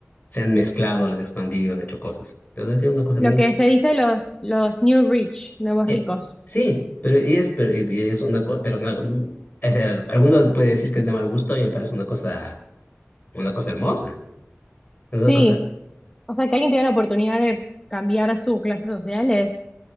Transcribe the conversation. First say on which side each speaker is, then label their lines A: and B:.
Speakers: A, on the left; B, on the left.
A: se han mezclado, la han expandido, han hecho cosas. Entonces es una cosa
B: Lo que se dice los, los new rich, nuevos
A: Eh,
B: ricos.
A: sí, pero y es, pero, y- y es una cosa, pero es una- o sea, alguno puede decir que es de mal gusto y me parece una cosa, una cosa hermosa, una
B: Sí.
A: cosa.
B: O sea, que alguien tiene la oportunidad de cambiar su clase social es